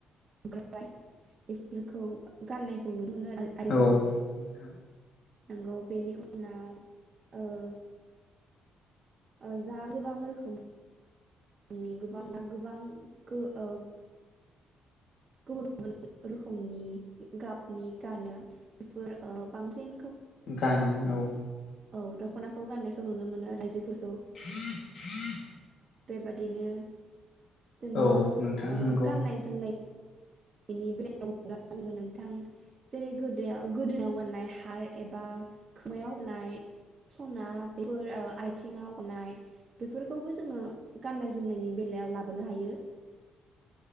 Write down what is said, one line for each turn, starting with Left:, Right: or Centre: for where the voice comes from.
Right: ओमफ्राय बेफोरखौ गाननायखौ नुनो मोनो आरो आ <unintelligible> आरिफोरखौ
Left: औ नोंथां
Right: नांगौ बेनि उनाव ओ ओ जा गोबां रोखोम नि गोबां गोबां गो ओ गुबुन गुबुन रोखोमनि गाबनि गानो बेफोर ओ बांसिन
Left: गानो औ
Right: औ दख'नाखौ गाननायखौ नुनो मोनो रायजोफोर
Left: <unintelligible>
Right: बेबादिनो जोङो
Left: औ नोंथां
Right: ओ
Left: नंगौ
Right: गाननाय जोमनाय बेनि बेलायाबा जोङो नोंथां जेरै गोद गोदोनायाव गाननाय हार एबा खोमायावनाय सना बेफोर आथिङाव गाननाय बेफोरखौबो जोङो गाननाय जोमनायनि बेलायाव लाबोनो हायो।